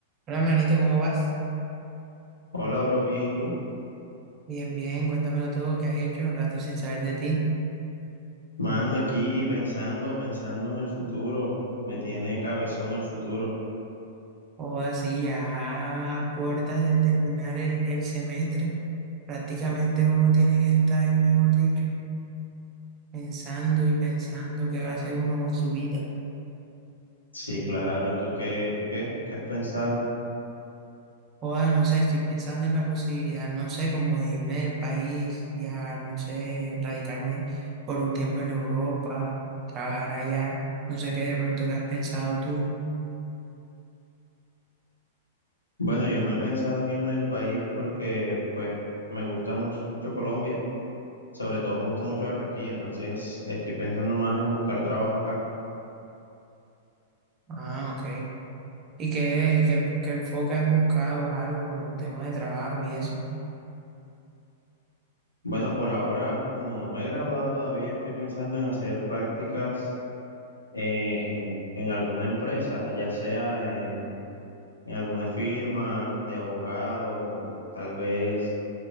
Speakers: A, on the right; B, on the left.
A: Hola, manito, ¿cómo vas?
B: Hola, bro, bien, ¿y tú?
A: Bien, bien, cuéntamelo todo, ¿qué has hecho? Un rato sin saber de ti.
B: Mano, aquí pensando, pensando en el futuro. Me tiene cabezón el futuro.
A: O así, ya a puertas de terminar el, el semestre, prácticamente uno tiene que estar, mejor dicho, pensando y pensando qué va a hacer uno con su vida.
B: Sí, claro, ¿tú qué, tú qué? ¿Qué has pensado?
A: Joda, no sé, estoy pensando en la posibilidad, no sé, como de irme del país, viajar, no sé, radicarme por un tiempo en Europa, trabajar allá, no sé qué de pronto que has pensado tú.
B: Bueno, yo no he pensado en irme del país porque, pues, me gusta mucho Colombia, sobre todo me gusta mucho Barranquilla, entonces estoy pensando más en buscar trabajo acá.
A: Ah, ok. ¿Y qué, qué, qué enfoque has buscado? Algo como un tema de trabajo y eso.
B: Bueno, por ahora, como no me he graduado todavía, estoy pensando en hacer prácticas en, en alguna empresa, ya sea en en alguna firma de abogados o tal vez,